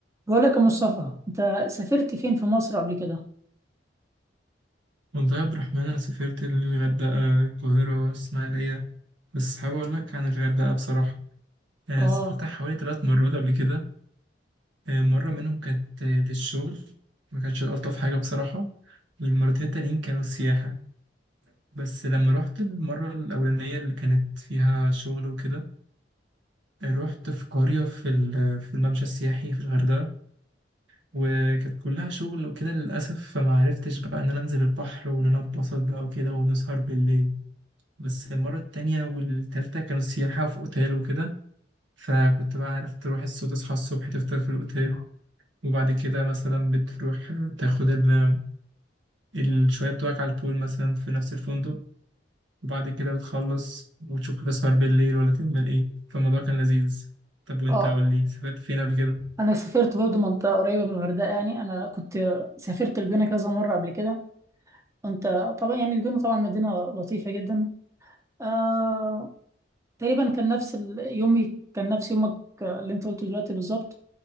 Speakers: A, on the right; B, on the right.
A: بقول لك يا مصطفى انت سافرت فين في مصر قبل كده
B: والله يا عبد الرحمن أنا سافرت للغردقة القاهرة الإسماعيلية بس حابب أقول لك عن الغردقة بصراحة آه،
A: اه
B: سافرتها حوالي ثلاث مرات قبل كده آه، مرة منهم كانت آه، للشغل ما كانتش ألطف حاجة بصراحة والمرتين التانيين كانوا سياحة بس لما رحت المرة الأولانية اللي كانت فيها شغل وكده آه، رحت في قرية في ال- في الممشى السياحي في الغردقة وكانت كلها شغل وكده للأسف فما عرفتش بقى إن أنا أنزل البحر وإن أنا أتبسط بقى وكده ونسهر بالليل بس المرة التانية والتالتة كانوا سياحة في أوتيل وكده فكنت بقى عارف تروح الصبح تصحى الصبح تفطر في الأوتيل وبعد كده مثلا بتروح تاخد ال- الشوية بتوعك على البول مثلا في نفس الفندق وبعد كده بتخلص وتشوف هتسهر بالليل ولا تعمل إيه فالموضوع كان لذيذ طب وأنت
A: اه
B: قول لي سافرت فين قبل كده؟
A: انا سافرت برضو منطقه قريبه من الغردقه يعني انا كنت سافرت الجونه كذا مره قبل كده انت طبعا يعني الجونه طبعا مدينه لطيفه جدا آه تقريبا كان نفس ال- يومي كان نفس يومك آه، اللي انت قلته دلوقتي بالظبط